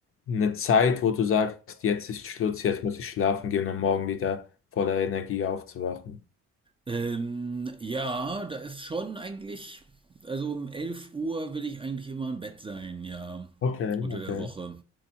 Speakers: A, on the left; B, on the right.
A: eine Zeit, wo du sagst, jetzt ist Schluss, jetzt muss ich schlafen gehen, um morgen wieder voller Energie aufzuwachen?
B: Ähm, ja, da ist schon eigentlich also um elf Uhr will ich eigentlich immer im Bett sein, ja,
A: Okay,
B: unter
A: okay,
B: der Woche.